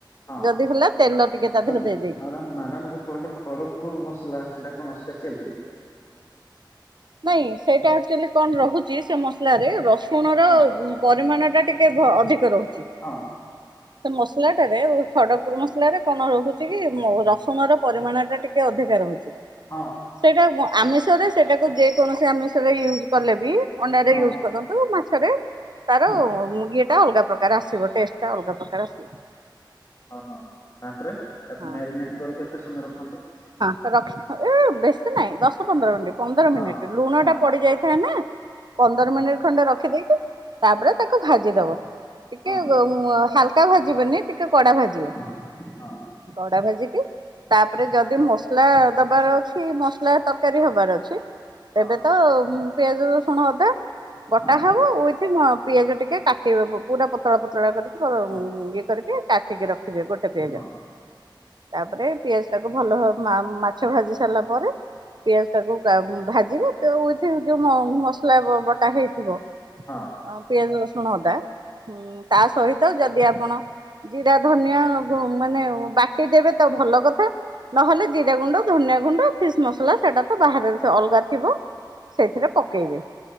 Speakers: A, on the left (about 35°); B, on the right (about 65°).
A: ହଁ
B: ଯଦି ହେଲା ତେଲ ଟିକେ ତା
A: ସେମ୍
B: ଦେହରେ ଦେଇ
A: ମ୍ୟାଡମ
B: ଦେଇକି
A: ମ୍ୟାଡମ କହିଲେ ଖଡପୁର ମସଲା ସେଇଟା କଣ ସ୍ପେଶସିଆଲ କି?
B: ନାଇଁ ସେଇଟା ଆକ୍ଚୁଏଲି କଣ ରୋହୁଛି ସେ ମସଲା ରେ ରସୁଣର
A: ହଁ।
B: ପରିମାଣଟା ଟିକେ ଭ ଅଧିକ ରହୁଛି।
A: ହଁ।
B: ସେ ମସଲାଟାରେ ଖଡପୁର ମସଲା ରେ କଣ ରହୁଛି କି ରସୁଣ ର ପରିମାଣ ଟା ଟିକେ ଟିକେ ଅଧିକା ରହୁଛି।
A: ହଁ।
B: ସେଇଟା ଆମିଷରେ ସେଟାକୁ ଯେ କୌଣସି ଆମିଷରେ ୟୁଜ କଲେ ବି ଅଣ୍ଡାରେ
A: ହଁ
B: ୟୁଜ୍ କରନ୍ତୁ ମାଛରେ ତାର
A: ହଁ ହଁ
B: ଉଁ ଇଏ ଟା ଅଲଗା ପ୍ରକାର ଆସିବ, ଟେଷ୍ଟଟା ଅଲଗା ପ୍ରକାର ଆସିବ।
A: ଓ -ହ- ହ ତାପରେ ତାକୁ
B: ହଁ।
A: ମ୍ୟାରିନେଟ କରି କେତେ ସମୟ ରଖନ୍ତି?
B: ରଖ ଏ ବେଶୀ ନାଇଁ, ଦଶ ପନ୍ଦର ମିନିଟ ପନ୍ଦର
A: ହଁ
B: ମିନିଟ ଲୁଣଟା
A: ହଁ
B: ପଡିଯାଇ ଥାଏ ନା, ପନ୍ଦର
A: ହଁ
B: ମିନିଟ ଖଣ୍ଡେ ରଖିଦେଇକି ତାପରେ ତାକୁ ଭାଜିଦବ,
A: ହଁ ହଁ
B: ଟିକେ
A: ହଁ
B: ହାଲକା ଭାଜିବେନି, ଟିକେ କଡା ଭାଜିବେ
A: ହଁ ହଁ ହଁ
B: କଡା ଭାଜିକି ତାପରେ ଯଦି ମସଲା ଦବାର ଅଛି, ମସଲା ତରକାରୀ ହବାର ଅଛି
A: ହଁ
B: ତେବେ
A: ହଁ
B: ତ ପିଆଜ, ରସୁଣ, ଅଦା ବଟା
A: ହଁ
B: ହେବ ଉଇଥି ପିଆଜ ଟିକେ କାଟ ପୁରା ପତଳା ପତଳା କରିକି,
A: ହଁ ହଁ ହଁ
B: ଇଏ କରିକି କା ଟିକି ରଖିବେ ଗୋଟେ ପିଆ
A: ହଁ।
B: ତାପରେ ପିଆଜଟାକୁ ଭଲ ଭାବ ମା-ମାଛ ଭାଜି ସାରିଲା ପରେ, ପିଆଜ ଟାକୁ ଭାଜିବେ, ତ ଉଇଥ୍ ଯୋଉ ମସଲା ବଟା ହେଇଥିବ ଅ
A: ହଁ
B: ପିଆଜ, ରସୁଣ, ଅଦା। ତା ସହିତ ଯଦି ଆପଣ ଜିରା, ଧନିଆ ମାନେ ବାଟି ଦେବେ ତ ଭଲ କଥା। ନହେଲେ ଜିରା ଗୁଣ୍ଡ, ଧନିଆ ଗୁଣ୍ଡ, ଫିସ୍ ମସଲା ସେଟା ତ ବାହାରେ ସେ ଅଲଗା ଥିବ, ସେଇଥିରେ ପକେଇବେ।